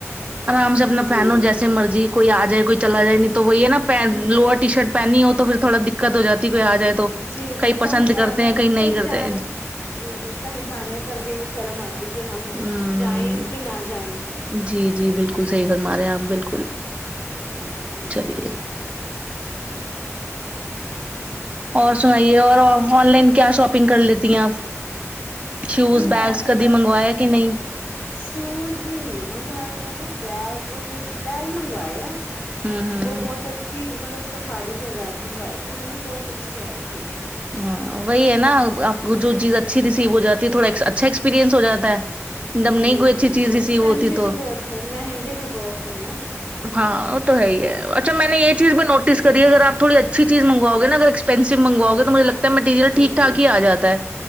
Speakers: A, on the right (about 25°); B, on the left (about 40°).
A: آرام سے اپنا
B: جی
A: پہنو جیسے مرضی کوئی آ جائے کوئی چلا جائے نہیں تو وہ یہ ہے نا لوور ٹی شرٹ پہنی ہو تو پھر تھوڑا دقت ہو جاتی کوئی آ جائے تو تو
B: جی جی
A: کئی پسند
B: کہیں جانے
A: کرتے ہیں کئی نہیں
B: کہیں
A: کرتے
B: جان جی جی کہیں جانے پر بھی شرم آتی ہے کہ ہم
A: ہوں
B: جائیں کہ نہ جاییں
A: جی جی بالکل صحیح فرما رہے ہیں آپ بالکل
B: ہوں
A: چلیے اور سنائیے اور آن لائن کیا شاپنگ کر لیتی ہیں آپ شوز
B: جی میں
A: بیگس
B: تو
A: کدھی
B: زیادہ
A: منگوایا کہ نہیں
B: شوز نہیں منگوائے میں نے بیگ ہی بیگ منگوائے ہیں
A: ہوں ہوں
B: وہ بہت اچھی مطلب سفاری کے بیگ منگوائے تھے میں نے بہت اچھے آئے تھے
A: ہاں وہی ہے نا آپ کو جو چیز اچھی ریسیو ہو جاتی ہے تھوڑا اچھا ایکسپییرئنس ہو جاتا ہے ایک دم نہیں
B: جی
A: کوئی
B: جی
A: اچھی چیز
B: جی
A: ریسیو
B: ایکسپینسو
A: ہوتی تو
B: بھی بہت تھے مہنگے بھی بہت تھے نا
A: ہاں وہ تو ہے ہی ہے اچھا میں نے یہ چیز بھی نوٹس کری ہے اگر آپ تھوڑی اچھی چیز منگواؤ گے نا اگر پینسو مگواؤ گے تو مجھے لگتا ہے مٹیریل
B: جی
A: ٹھیک ٹھاک
B: جی
A: ہی آ جاتا ہے